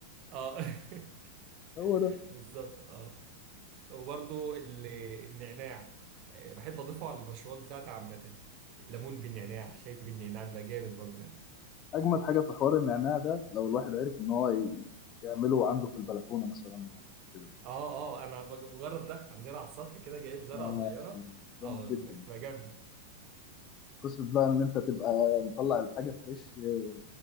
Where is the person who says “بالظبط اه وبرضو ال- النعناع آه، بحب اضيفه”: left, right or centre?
Right